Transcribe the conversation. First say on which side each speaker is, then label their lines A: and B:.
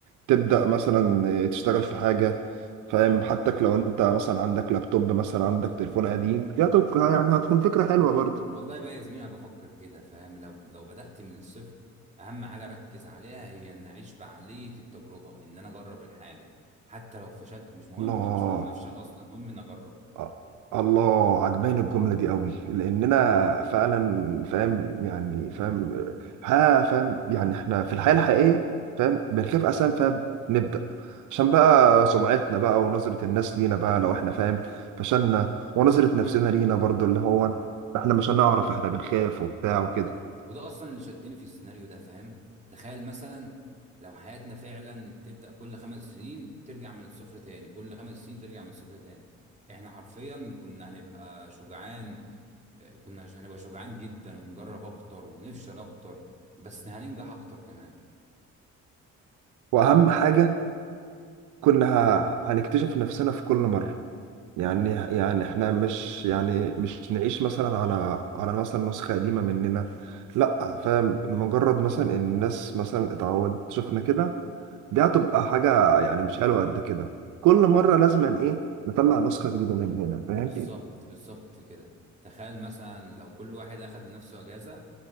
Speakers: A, on the right; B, on the right.
A: تبدأ مثلا تشتغل في حاجة فاهم حتى لو انت مثلا عندك لابتوب مثلا عندك تليفون قديم دي هتبقى- يعني هتكون فكرة حلوة برضه
B: والله بقى يا زميلي انا بفكر كده فاهم لو لو بدات من الصفر اهم حاجه اركز عليها هي ان اعيش بعقليه التجربه ان انا اجرب الحاجه حتى لو فشلت مش مهم
A: الله
B: مش مهم افشل اصلا المهم ان اجرب
A: آه. الله عجباني الجملة دي قوي لأننا فعلا فاهم يعني فاهم ها فاهم يعني احنا في الحياة الحقيقية فاهم بنخاف أساسا فاهم نبدأ عشان بقى سمعتنا بقى ونظرة الناس لينا بقى لو احنا فاهم فشلنا ونظرة نفسنا لينا برضو اللي هو احنا مش هنعرف احنا بنخاف وبتاع وكده
B: وده اصلا اللي شدني في السيناريو ده فاهم تخيل مثلا لو حياتنا فعلا تبدأ كل خمس سنين ترجع من الصفر تاني كل خمس سنين ترجع من الصفر تاني احنا حرفيا كنا هنبقى شجعان آه، كنا هنبقى شجعان جدا ونجرب اكتر ونفشل اكتر بس هننجح اكتر كمان
A: وأهم حاجة كنا ه- هنكتشف نفسنا في كل مرة يعني
B: امم
A: يعني احنا مش يعني مش نعيش مثلا على على مثلا نسخة قديمة مننا لا فاهم مجرد مثلا ان الناس مثلا اتعودت شفنا كده دي هتبقى حاجة يعني مش حلوة قد كده كل مرة لازم ايه نطلع نسخة جديدة مننا فاهم
B: بالظبط بالظبط كده تخيل مثلا لو كل واحد اخد لنفسه اجازة